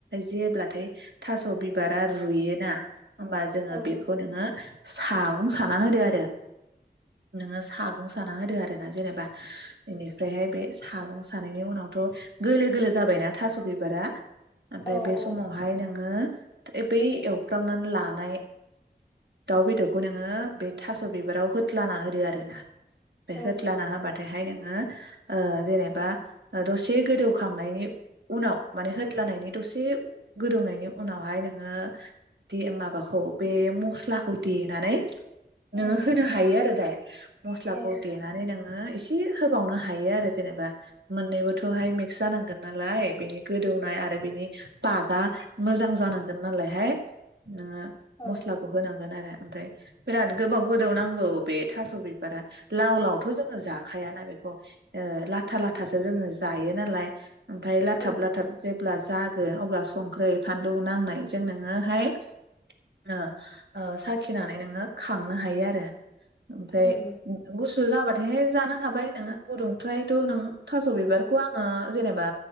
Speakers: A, on the right; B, on the left.
A: जेब्लाथाय थास बिबारा रुयोना होमबा जोङो
B: औ
A: बेखौ नोङो सागं साना होदो आरो नोङो सागं साना होदो आरोना जेनेबा बेनिफ्रायहाय बे सागं सानायनि उनावथ गोलो गोलो जाबायना थास बिबारा ओमफ्राय
B: औ
A: बे
B: औ
A: समावहाय नोङो ए बै एवफ्रामनानै लानाय दाउ बेदरखौ नोङो बे थास बिबाराव होद्लाना होदो आरो ना बे
B: औ
A: होथ्लाना होबाथायहाय नों नो ओ जेनेबा दसे गोदौखांनायनि उनाव माने होद्लानायनि दसे गोदौनायनि उनावहाय नोङो बे माबाखौ बे मस्लाखौ देनानै
B: उम
A: नोङो होनो हायो आरो दाय मस्लाखौ
B: औ
A: देनानै नोङो से होबावनो हायो आरो जेनेबा मोननैबोथ' हाय मिक्स जानांगोन नालाय बिनि गोदौनाय आरो बिनि पागआ मोजां जानांगोन नालायहाय नोङो
B: औ
A: मस्लाखौ होनांगोन आरो ओमफ्राय बिराद गोबाव गोदौ नांगौ बे थास बिबारा लाव लावथ जोङो जाखायाना बेखौ ओ लाथा लाथासो जोङो जायो नालाय ओमफ्राय लाथाब
B: औ
A: लाथाब जेब अब्ला जागोन अब्ला संख्रै फानलु नांनायजों नोङो हाय ओ ओ साखिनानै नोङो खांनो हायो आरो फ्राय
B: उम
A: गुसुजाबा दे जानो हाबाय नोङो गुदुंफ्रायथ नों थास बिबारखौ आङो जेनेबा